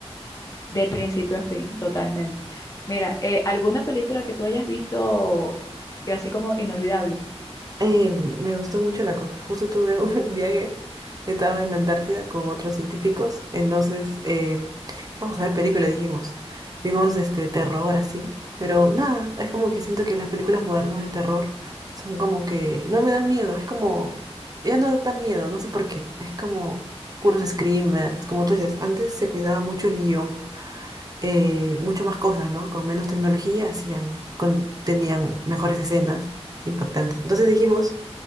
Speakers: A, on the left (about 30°); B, on the right (about 35°).
A: de principio a fin, totalmente. Mira, eh, ¿alguna película que tú hayas visto que así como inolvidable?
B: Eh, me gustó mucho la cosa. Justo tuve un <laughs> viaje, estaba en la Antártida con otros científicos, entonces eh, vamos a ver películas, dijimos. Vimos este terror así, pero nada, es como que siento que las películas modernas de terror son como que no me dan miedo, es como, ya no da miedo, no sé por qué, es como puros screamers, como tú dices, antes se cuidaba mucho el guión, eh, mucho más cosas, ¿no? Con menos tecnología hacían, con- tenían mejores escenas impactantes. Entonces dijimos...